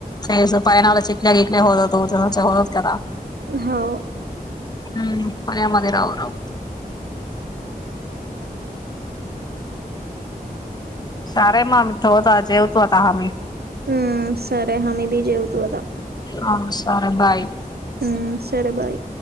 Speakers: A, on the left; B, on the right.
A: प्यायच्या पाण्याला चिकण्या किकण्या होतत <unintelligible>
B: हाव.
A: हम्म पाण्यामध्ये राव राव सारे म ठेवतो जेवतू आता हमे.
B: हम्म सरे हमी बी जेवतू आता.
A: हां सॉरे बाय.
B: हम्म सर बाय.